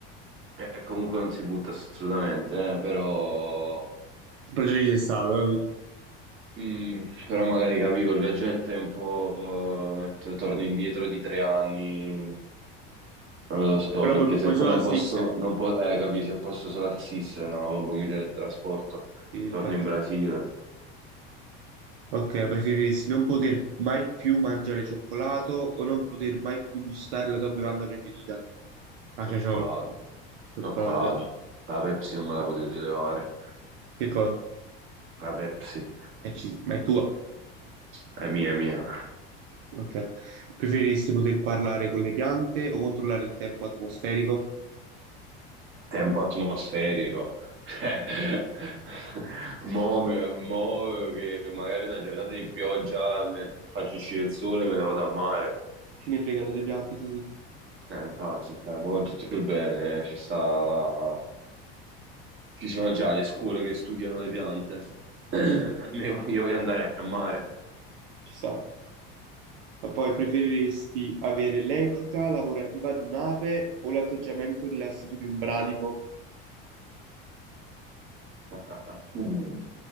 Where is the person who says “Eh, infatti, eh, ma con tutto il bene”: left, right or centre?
Right